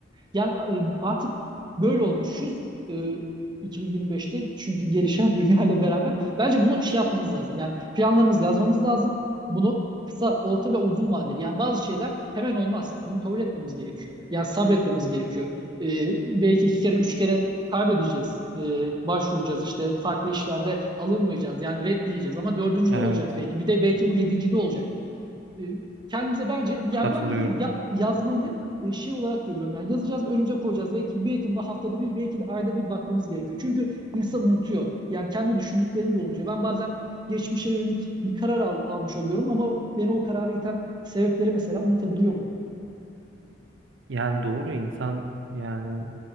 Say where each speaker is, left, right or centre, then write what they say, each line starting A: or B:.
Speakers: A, on the right; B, on the right.
A: Yani e, artık böyle olmuşuz e, 2025'te çünkü gelişen <laughs> dünya ile beraber. Bence bunu şey yapmamız lazım. Yani planlarımızı yazmamız lazım. Bunu kısa, orta ve uzun vadeli. Yani bazı şeyler hemen olmaz. Bunu kabul etmemiz gerekiyor. Yani sabretmemiz gerekiyor. E, belki iki kere, üç kere kaybedeceğiz. E, başvuracağız işte farklı işlerde alınmayacağız. Yani red diyeceğiz ama dördüncü
B: Evet,
A: de olacak belki. Bir de belki bu yedinci de olacak. E, kendimize bence yani
B: katılıyorum.
A: ben bunu ya- yazmayı e, şey olarak görüyorum. Yani yazacağız ve önümüze koyacağız. Belki, belki buna haftada bir, belki de ayda bir bakmamız gerekiyor. Çünkü insan unutuyor. Yani kendi düşündüklerini de unutuyor. Ben bazen geçmişe yönelik bir karar al- almış oluyorum ama beni o kararı iten sebepleri mesela unutabiliyorum.
B: Yani doğru insan yani